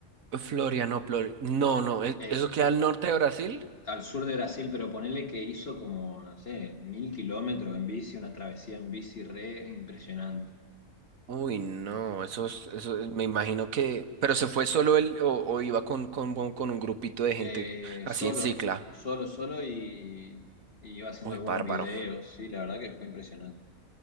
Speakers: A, on the right; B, on the left.
A: Florianópolis, no, no, ¿e-
B: Eh,
A: ¿eso queda al norte de Brasil?
B: al sur de Brasil, pero ponele que hizo como, no sé, mil kilómetros en bici, una travesía en bici re impresionante.
A: Uy, no, eso, es- eso es- me imagino que, pero se fue solo él o, o iba con, con, con un grupito de
B: Eh,
A: gente así
B: solo,
A: en cicla.
B: solo, solo y, y iba haciendo
A: Uy,
B: algunos
A: bárbaro.
B: videos, sí, la verdad que fue impresionante.